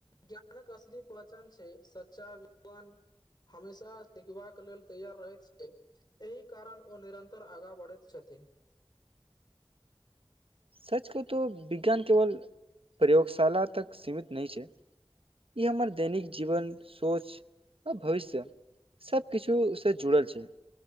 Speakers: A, on the left; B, on the right.
A: ज्ञानक असली पहचान छै सच्चा विद्वान हमेशा सिखबाक लेल तैयार रहैत छियै एहि कारण ओ निरन्तर आगाँ बढ़ैत छथि
B: <inaudible> सच कहु तो विज्ञान केवल प्रयोगशाला तक सीमित नहि छैय ई हमर दैनिक जीवन सोच आओ भविष्य सब किछुसँ जुड़ल छैय